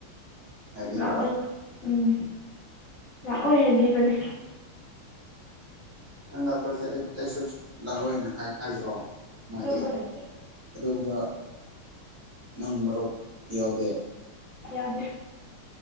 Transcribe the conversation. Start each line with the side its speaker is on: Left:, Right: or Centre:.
Right: ꯍꯥꯏꯕꯤꯕ
Left: ꯂꯥꯛꯑꯣꯏꯅ ꯎꯝ ꯂꯥꯛꯑꯣꯏ ꯍꯥꯏꯕꯤꯕꯅꯦ
Right: ꯅꯪ ꯂꯥꯛꯇ꯭ꯔꯁꯦ ꯑꯩ ꯑꯩꯁꯨ ꯂꯥꯛꯑꯣꯏꯅ ꯍꯥꯏ ꯍꯥꯏꯗ꯭ꯔꯣ ꯃꯣꯏꯗꯤ
Left: ꯑꯗꯨꯝꯕ ꯂꯩꯇꯦ
Right: ꯑꯗꯨꯒꯨꯝꯕ ꯅꯪ ꯃꯔꯣꯛ ꯌꯥꯎꯗꯦ
Left: ꯌꯥꯎꯗꯦ